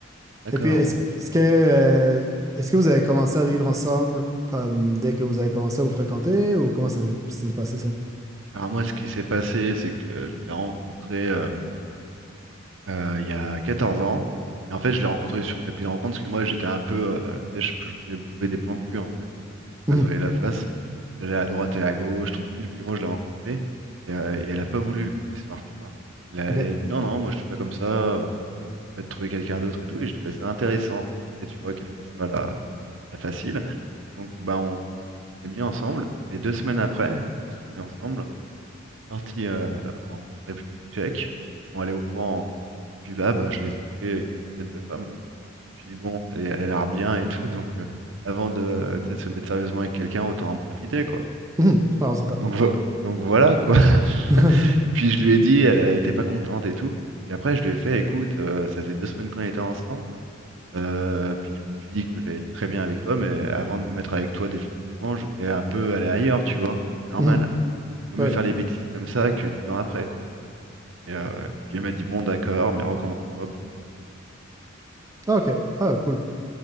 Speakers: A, on the right; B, on the right.
A: D'accord.
B: Et puis, est-ce, est-ce que, euh, est-ce que vous avez commencé à vivre ensemble comme dès que vous avez commencé à vous fréquenter ou comment ça s'est s'est passé ça?
A: Alors moi, ce qui s'est passé, c'est que je l'ai rencontré. euh, euh, il y a 14 ans. Et en fait, je l'ai rencontré sur une appli de rencontre parce que moi, j'étais un peu. euh, tu sais, je, je voulais me trouver des plans cul, en fait. Hein,
B: Mhm.
A: pour pas se voiler la face. J'allais à droite et à gauche, tranquille. Puis moi, je l'ai rencontrée. Et, euh, et elle a pas voulu le premier soir, tu vois. Elle a,
B: OK.
A: elle a dit non, non, moi, je suis pas comme ça. euh, je vais te trouver quelqu'un d'autre et tout. Et j'ai trouvé ça intéressant. Et tu vois, qu'elle fasse pas la, la facile. Donc, bah, on, on s'est mis ensemble. Et mais deux semaines après, on se soit mis ensemble parti euh, en République tchèque. On allait au courant. Et puis là, bah, je l'ai trompée avec une dizaine de femmes. Puis bon, elle, est- elle a l'air bien et tout. Donc euh, avant de, tu sais, de se mettre sérieusement avec quelqu'un, autant en profiter, quoi.
B: Mhm. Ouais, on s'entend.
A: Donc, vo- donc voilà, quoi. <laughs>
B: <laughs>
A: Puis je lui ai dit, elle n'était pas contente et tout. Puis après, je lui ai fait, écoute, euh, ça faisait deux semaines qu'on était ensemble. Euh, puis je me suis dit que j'allais être très bien avec toi, mais avant de me mettre avec toi définitivement, je voulais un peu aller ailleurs, tu vois. Normal.
B: Mhm.
A: Vaut
B: Ben
A: mieux
B: oui.
A: faire les bêtises comme ça que dix ans après, quoi. Et euh, puis elle m'a dit, bon, d'accord, mais recommence pas. Puis voilà,
B: Ah, OK.
A: simplement.
B: Ah, cool.